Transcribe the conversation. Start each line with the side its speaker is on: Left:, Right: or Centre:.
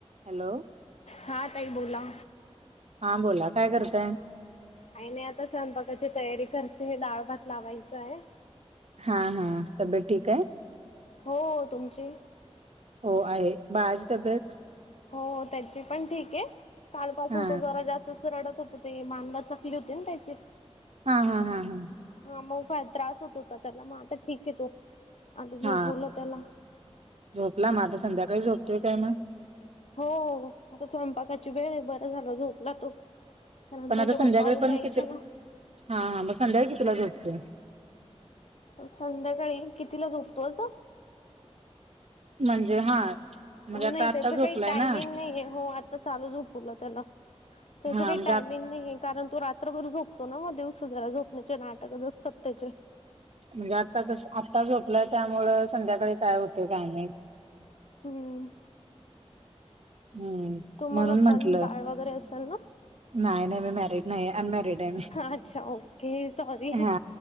Right: Hello.
Left: हा ताई बोला.
Right: हा बोला काय करताय?
Left: काय नाही आता स्वयंपाकाची तयारी करते डाळ भात लावायचं आहे.
Right: हा हा तब्येत ठीक आहे.
Left: हो हो तुमची
Right: हो आहे बाळाची तब्येत
Left: हो त्याची पण ठीक आहे. कालपासून
Right: हा
Left: तो जरा जास्तच रडत होत ते मान लचकली होती ना त्याची.
Right: हा हा हा हा
Left: हा मग फार त्रास होत होता त्याला. मग आता ठीक आहे तो. आता झोपवलं
Right: हा
Left: त्याला.
Right: झोपला म आता संध्याकाळी झोपतोय काय मग.
Left: हो आता स्वयंपाकाची वेळ आहे बर झाल झोप नातू कारण
Right: पण
Left: त्याच्या
Right: आता संध्याकाळी
Left: पप्पा अजून
Right: पण
Left: यायचे
Right: किती
Left: ना.
Right: हा हा मग संध्याकाळी कितीला झोपतो.
Left: संध्याकाळी कितीला झोपतो अस.
Right: म्हणजे हा म्हणजे
Left: नाही
Right: आता आत्ता
Left: त्याच काही
Right: झोपलाय
Left: टायमिंग
Right: ना
Left: नाहीये. हो आता चालू झोपवल त्याला. त्याच
Right: हा
Left: काही
Right: म्हणजे
Left: टायमिंग
Right: आत-
Left: नाही आहे. कारण तो रात्रभर झोपतो ना मग दिवस जरा झोपण्याचे नाटकच असतात त्याचे.
Right: म्हणजे आता तस आत्ता झोपलाय त्यामुळ संध्याकाळी काय होतय काय माहीत.
Left: हम्म
Right: हम्म
Left: तुम्हाला
Right: म्हणून म्हंटलं
Left: पण बाळ वगैरे असेल ना.
Right: नाही नाही मी मॅरिड नाही अनमॅरिड आहे मी.
Left: अच्छा ओके सॉरी
Right: हा